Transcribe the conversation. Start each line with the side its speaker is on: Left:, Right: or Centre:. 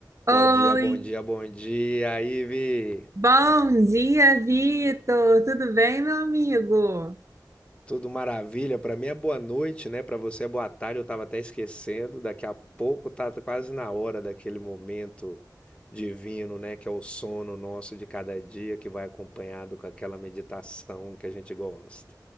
Right: Oi,
Left: Bom dia, bom dia, bom dia, Ive.
Right: bom dia, Vitor. Tudo bem, meu amigo?
Left: Tudo maravilha? Pra mim é boa noite, né? Pra você é boa tarde, eu tava até esquecendo. Daqui a pouco tá quase na hora daquele momento divino, né? Que é o sono nosso de cada dia, que vai acompanhado com aquela meditação que a gente gosta.